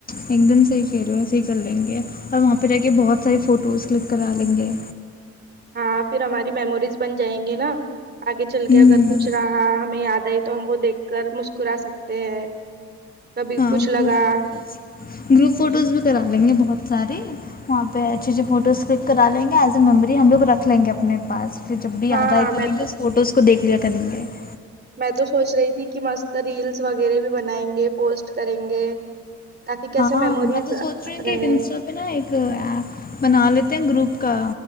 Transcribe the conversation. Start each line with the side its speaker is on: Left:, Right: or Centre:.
Left: ایک دم صحیح کہہ رہے صحیح کر لیں گے اور وہاں پہ رہ کے بہت سارے فوٹوز کلک کرا لیں گے
Right: ہاں پھر ہماری میموریز بن جائیں گی نا آگے چل
Left: ہوں
Right: کے اگر کچھ اں ہمیں یاد آئی تو ہم وہ دیکھ کر مسکرا سکتے ہیں کبھی
Left: ہاں
Right: کچھ لگ
Left: گروپ
Right: ر
Left: فوٹوز
Right: <inaudible>
Left: گروپ فوٹوز بھی کرا لیں گے بہت ساری وہاں پہ اچھے اچھے فوٹوز کلک کرا لیں گے ایز اے میموری ہم لوگ رکھ لیں گے اپنے پاس جب بھی یاد
Right: ہاں
Left: آ کریں
Right: میں
Left: گے اس فوٹوز کو دیکھ پیا کالن گائے <inaudible>
Right: میں تو سوچ رہی تھی کہ مست ریلس وغیرہ بھی بنائیں گے پوسٹ کریں گے تاکہ کیسے
Left: ہاں
Right: میموریز
Left: میں تو سوچ رہی ہوں
Right: رہے
Left: کہ ایک انسٹا پہ نا ایک بنا لیتے ہیں گروپ کا